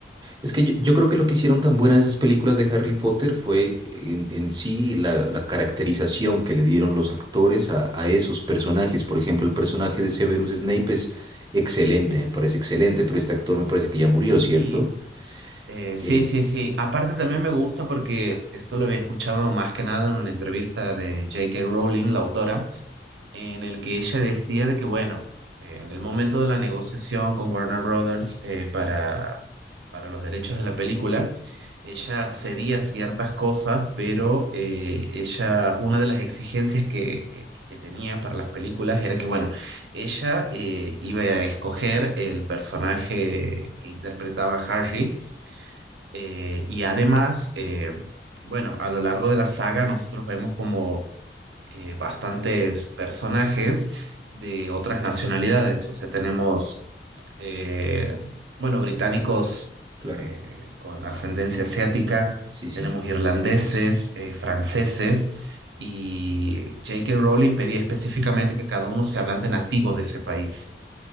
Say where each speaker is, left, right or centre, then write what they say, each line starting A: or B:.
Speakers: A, on the right; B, on the right.
A: Es que yo, yo creo que lo que hicieron tan buenas esas películas de Harry Potter fue en, en sí la, la caracterización que le dieron los actores a, a esos personajes. Por ejemplo, el personaje de Severus Snape es excelente, me parece excelente, pero este actor me parece que ya murió,
B: Y
A: ¿cierto?
B: eh, sí,
A: Eh,
B: sí, sí. Aparte también me gusta porque esto lo había escuchado más que nada en una entrevista de J.K. Rowling, la autora en el que ella decía de que, bueno, eh, en el momento de la negociación con Warner Brothers eh, para, para los derechos de la película, ella cedía ciertas cosas, pero eh, ella, una de las exigencias que, que- que tenía para las películas era que, bueno, ella eh, iba a escoger el personaje que interpretaba Harry eh, y además... eh, Bueno, a lo largo de la saga nosotros vemos como eh, bastantes personajes de otras nacionalidades. O sea, tenemos, eh, bueno, británicos
A: claro,
B: eh, con ascendencia asiática,
A: sí, sí.
B: tenemos irlandeses, eh, franceses, y J.K. Rowling pedía específicamente que cada uno se hablante nativo de ese país.